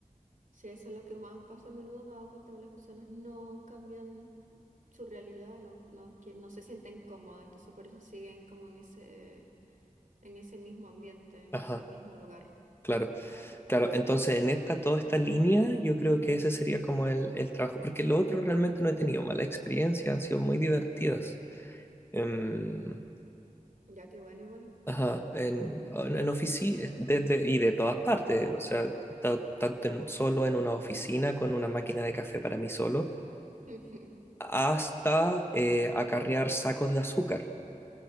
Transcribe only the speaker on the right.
Sí, eso es lo que más pasa a menudo, me he dado cuenta que las personas no cambian su realidad, no, no, quie- no se sienten cómodas, entonces por eso siguen como en ese, en ese mismo ambiente, en
ese mismo lugar.
Ya que bueno, igual.
<laughs>